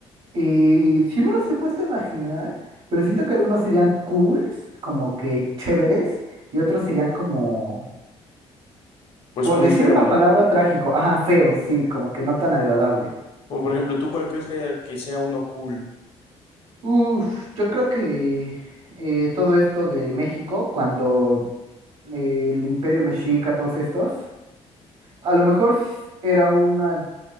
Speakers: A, on the right (about 60°); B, on the left (about 55°).
A: Y sí me los he puesto a imaginar, pero siento que algunos serían cools, como que chéveres, y otros serían como,
B: Pues
A: por
B: muy
A: decir
B: feo,
A: una palabra
B: ¿no?
A: trágico, ajá, feo, sí, como que no tan agradable.
B: Como por ejemplo, ¿tú cuál crees que haya que sea uno cool?
A: Uf, yo creo que eh, todo esto de México, cuando eh, el Imperio Mexica, todos estos, a lo mejor s- era una